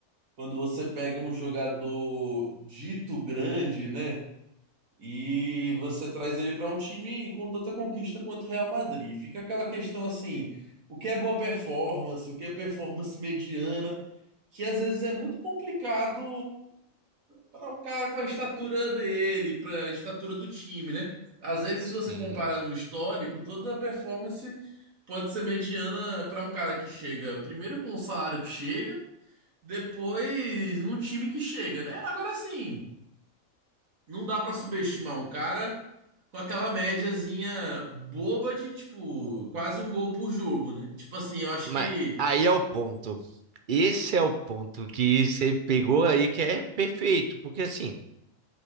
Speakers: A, on the right; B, on the right.
A: quando você pega um jogador dito grande, né? E você traz ele para um time com tanta conquista quanto o Real Madrid. Fica aquela questão assim, o que é boa performance, o que é performance mediana, que às vezes é muito complicado para o cara com a estatura dele, para a estatura do time, né? Às vezes, se você
B: Sim.
A: compara no histórico, toda a performance pode ser mediana para um cara que chega primeiro com o salário que chega, depois no time que chega, né? Agora sim não dá pra subestimar um cara com aquela médiazinha boba de, tipo, quase um gol por jogo, né? Tipo assim, eu acho
B: Mas
A: que.
B: aí é o ponto. Esse é o ponto que você pegou aí que é perfeito, porque assim,